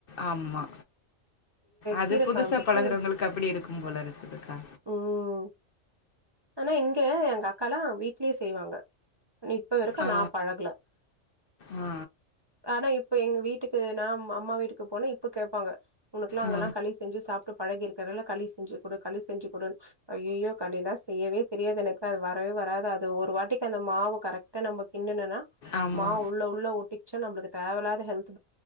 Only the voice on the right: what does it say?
கீர
கொழம்புக்கு
ம் ஆனா இங்க எங்க அக்கால்லா வீட்லியே செய்வாங்க இப்ப வருக்கு
நா பழகுல
ஆனா இப் இப்ப எங்க வீட் வீட்டுக்கு நா அம் அம்மா வீட்டுக்கு போனா இப்ப கேப்பாங்க உனக்குல அங்குல்லா
களி செஞ்சு சாப் பழகி இருக்கிறால களி செஞ்சு கொடு களி செஞ்சு கொடு ஐயையோ களிலா செய்யவே தெரியாது எனக்கு அது வரவே வராது அது ஒரு வாட்டிக்கு அந்த மாவு கரெக்டா நம்ம கிண்டனுனா
மாவு உள்ள உள்ள ஒட்டிக் சோ நமக்கு தேவல்லாத ஹெல்த்